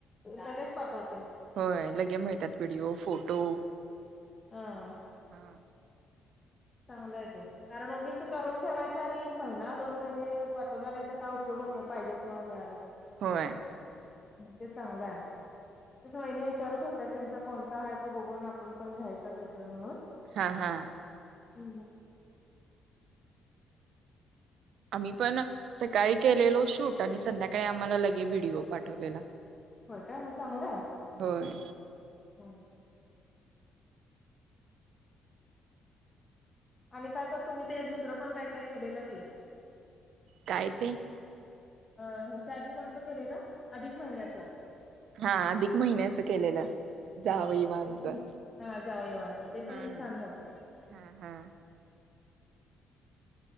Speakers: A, on the left; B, on the right.
A: लगेच पाठवतोय.
B: होय लगे मिळतात व्हिडीओ, फोटो
A: हा
B: हा
A: चांगलं आहे ते कारण उगीच करून ठेवायचं आणि एक महिना दोन महिने पाठवला नाहीतर काय उपयोग ते होत नाही पाहिजे तेव्हा मिळालं तर
B: होय
A: ते चांगलं आहे. तेच वहिनी विचारत होत्या त्यांचा कोणता हाय तो बघून आपण पण घ्यायचा त्याच म्हणून.
B: हा हा.
A: हम्म
B: आम्ही पण सकाळी केलेलो शूट आणि संध्याकाळी आम्हाला लगे व्हिडिओ पाठवलेला
A: होय काय मग चांगलंय
B: होय
A: हम्म आणि काय तर तुम्ही ते दुसरं पण काय काय केलेलं की
B: काय ते
A: अ ह्याच्या आधी कोणतं केलेल अधिक महिन्याच
B: हा अधिक महिन्याच केलेलं जावईवांचं
A: हा ते पण हा जावई वानच ते
B: हम्म
A: पण छान झालंत
B: हा हा